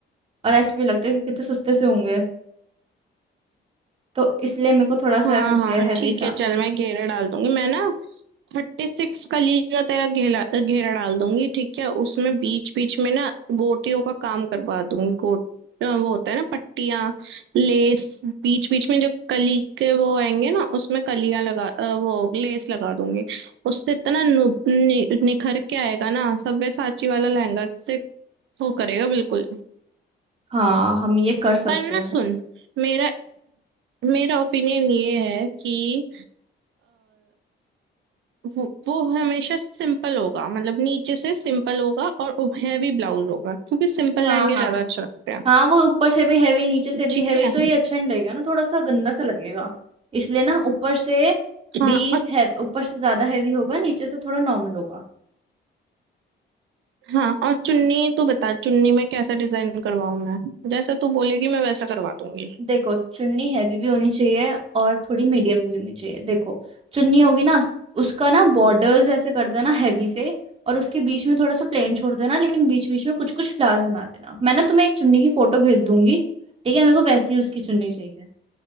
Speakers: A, on the right; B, on the right.
A: और ऐसे भी लगता है कि कितने सस्ते से होंगे तो इसलिए मेरे को थोड़ा सा
B: हाँ
A: ऐसा चाहिए
B: हाँ
A: हैवी
B: ठीक
A: सा
B: है चल मैं घेरा डाल दूंगी मैं ना थर्टी सिक्स कली का तेरा घेरा घेरा डाल दूंगी ठीक है उसमें बीच बीच में ना गोटियों का काम करवा दूंगी गोट अ, वो होता है ना पट्टियां लेस बीच बीच में जो कली के वो आएंगे ना उसमें कलियां लगा अ, वो लेस लगा दूंगी उससे इतना नु, नि, निखर के आएगा ना सव्यसाची वाला लहंगा से वो करेगा बिल्कुल
A: हाँ हम ये कर सकते
B: पर ना
A: हैं
B: सुन मेरा मेरा ओपिनियन ये है कि वो, वो हमेशा सिंपल होगा मतलब नीचे से सिंपल होगा और हैवी ब्लाउज होगा क्योंकि सिंपल
A: हाँ
B: लहंगे
A: हाँ
B: ज्यादा अच्छे लगते हैं
A: हाँ वो ऊपर से भी हैवी नीचे से भी
B: ठीक
A: हैवी
B: है
A: तो ये अच्छा नहीं लगेगा ना थोड़ा सा गंदा सा लगेगा इसलिए ना ऊपर से
B: हाँ
A: भी
B: और
A: है ऊपर से ज्यादा हैवी होगा नीचे से थोड़ा नॉर्मल होगा
B: हाँ और चुन्नी तो बता चुन्नी में कैसा डिजाइन करवाऊँ मैं जैसा तू बोलेगी मैं वैसा करवा दूंगी
A: देखो चुन्नी हैवी भी होनी चाहिए और थोड़ी मीडियम भी होनी चाहिए देखो चुन्नी होगी ना उसका ना बॉर्डर्स ऐसे कर देना हैवी से और उसके बीच में थोड़ा सा प्लेन छोड़ देना लेकिन बीच बीच में कुछ कुछ फ्लावर्स बना देना मैं ना तुम्हें एक चुन्नी की फोटो भेज दूंगी ठीक है मेरे को वैसी उसकी चुन्नी चाहिए